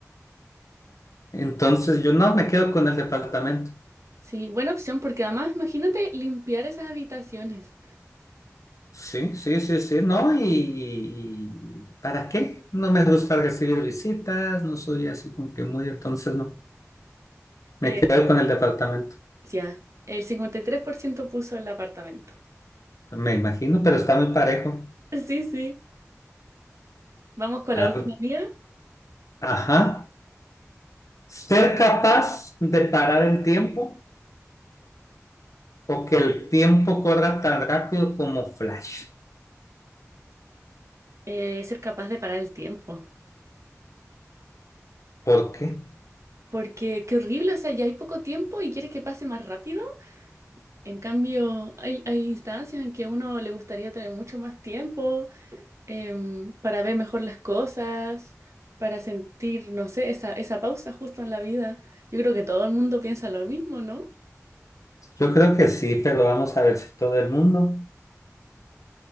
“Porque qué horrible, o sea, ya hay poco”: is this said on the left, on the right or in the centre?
Right